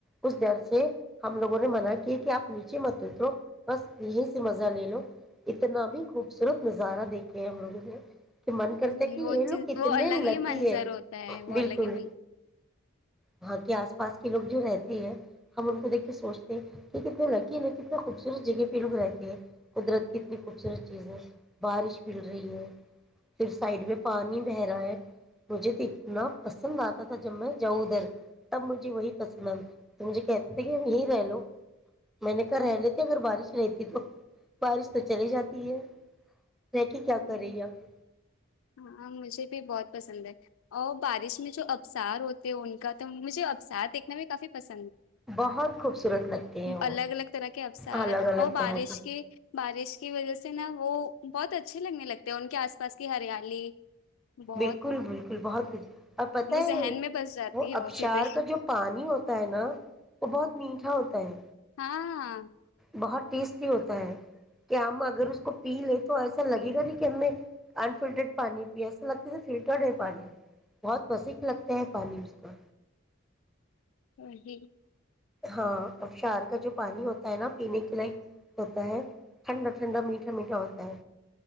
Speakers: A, in the centre; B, on the left.
A: اس ڈر سے ہم لوگوں نے منع کیا کہ آپ نیچے مت اترو بس یہی سے مزہ لے لو اتنا بھی خوبصورت نظارہ دیکھے ہم لوگوں نے کہ من کرتا
B: ہوں،
A: کہ یہ
B: وہ
A: لوگ
B: چیز
A: کتنے
B: وہ الگ
A: لکی
B: ہی منظر
A: ہے
B: ہوتا ہے وہ
A: بالکل
B: الگ ہی
A: وہاں کے آس پاس کے لوگ جو رہتے ہیں ہم ان کو دیک کے سوچتے ہیں کہ کتنے لکیین کتنے خوبصورت جگہ پہ لوگ رہتے ہیں قدرت کی اتنی خوبصورت چیز ہے بارش مل رہی ہے پھر سائڈ میں پانی بہ رہا ہے مجھے تو اتنا پسند آتا جب میں جاؤں ادھر تب مجھے وہی پسند آ تو مجھے کہتے تھے کہ یہیں رہ لو میں نے کہ رہ لیتے اگر بارش رہتی تو بارش تو چلی جاتی ہے رہ کے کیا کرے
B: ہ
A: گی ابھی
B: ہاں مجھے بھی بہت پسند ہے اور بارش میں جو ابسار ہوتے ان کا تو مجھے ابسار دیکھنا بھی کافی پسند
A: بہت خوبصورت لگتے ہیں وہ
B: الگ الگ طرح کے اسار
A: الگ الگ
B: اور بارش
A: طرح
B: کے بارش کی وجہ سے نا وہ بہت اچا لگتے ہیں ان کے آس پاس کی ہریالی بہت
A: بالکل بالکل بہت کچھ ا پت
B: وہ
A: ہے
B: ذہن میں بس جاتی
A: وہ
B: ہے
A: ابشار
B: چیزیں
A: کا جو پانی ہوتا ہے نا وہ بہت میٹھا ہوتا ہے
B: ہاں
A: بہت ٹیسٹی ہوتا ہے کہ ہم اگر اس کو پی لے تو ایسا لگے گا نہیں کہ ہم نے انفلٹرڈ پانی پی ایسا لگتا فلٹرڈ ہے پانی بہت بسییک لگتا ہے پانی اس کا
B: ا ج
A: ہاں اشار کا جو پانی ہوتا ہے نا پینے کے لائ ہوتا ہے ٹھنڈا ٹھنڈا میٹھا میٹھا ہوتا ہے